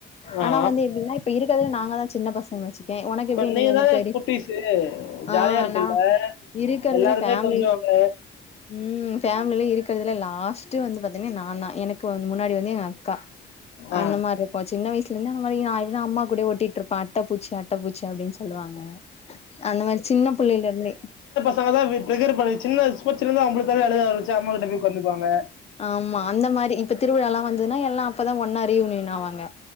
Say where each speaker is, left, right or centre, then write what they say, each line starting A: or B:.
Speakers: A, on the left; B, on the left.
A: ஆ
B: ஆனா வந்து எப்டினா இப்ப இருக்கதே நாங்க தா சின்ன பசங்க வச்சுக்கே ஒனக்கு
A: இப்ப
B: எப்டி நீ
A: நீங்க
B: வந்து
A: தானே
B: பெரி
A: குட்டீஸு ஜாலியா
B: ஆ
A: இருக்கும்ல
B: நா இருக்கறதுல
A: எல்லாருமே
B: ஃபேம்லி
A: கொஞ்சுவாங்க
B: ம் ஃபேம்லில இருக்கதுல லாஸ்ட்டு வந்து பாத்தீனா நாந்தா எனக் கு முன்னாடி வந்து எங்க அக்கா
A: ஆ
B: அந்த மார்ருப்போ சின்ன வயசுல இருந்தே அந்த மாரி நா இருந்தா அம்மா கூடே ஒட்டிட் ட்ருப்ப அட்டப்பூச்சி அட்டப்பூச்சி அப்டின் சொல்லுவாங்க அந்த மாரி சின்ன புள்ளைல இருந்தே
A: சொல்லதா இப்டி ட்ரிகரு பண்ணி சின்ன சும்மா சின்னதா வம்பிலுத்தாலே அழுக ஆரமிச்சி அம்மா கிட்ட போய் ஒக்காந்துகுவாங்க
B: ஆமா அந்த மாரி இப்ப திருவிழால்லா வந்ததுனா எல்லா அப்பதா ஒன்னா ரீயூனியன் ஆவாங்க